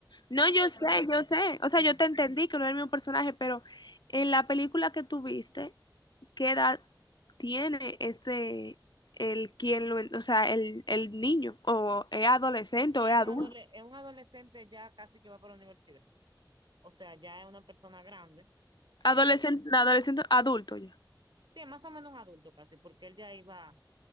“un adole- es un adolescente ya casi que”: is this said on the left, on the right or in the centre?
Right